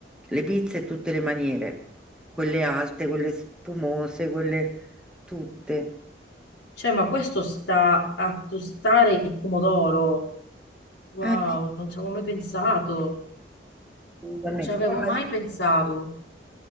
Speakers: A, in the centre; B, on the left (about 85°).
A: le pizze in tutte le maniere, quelle alte, quelle spumose, quelle tutte.
B: Cioè, ma questo sta a tostare il pomodoro. Wow,
A: Eh,
B: non ci avevo mai pensato,
A: assolutamente.
B: non ci avevo
A: Eh, ma
B: mai pensato.